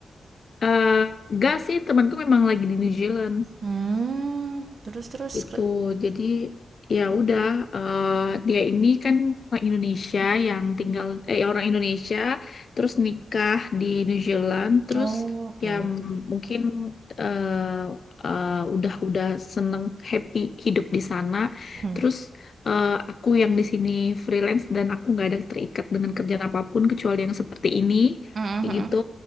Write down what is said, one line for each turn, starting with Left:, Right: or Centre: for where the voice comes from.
Left: eh, nggak sih temanku memang lagi di New Zealand.
Right: Mmm, terus terus
Left: gitu.
Right: ke
Left: Jadi ya udah eh, dia ini kan orang Indonesia yang tinggal eh orang Indonesia terus nikah di New Zealand terus
Right: oh, oke.
Left: ya m- mungkin eh, eh, udah udah seneng happy hidup di sana.
Right: Mhm,
Left: Terus eh, aku yang di sini freelance dan aku nggak ada terikat dengan kerjaan apapun kecuali yang seperti ini
Right: mhm
Left: kayak
Right: mhm.
Left: gitu.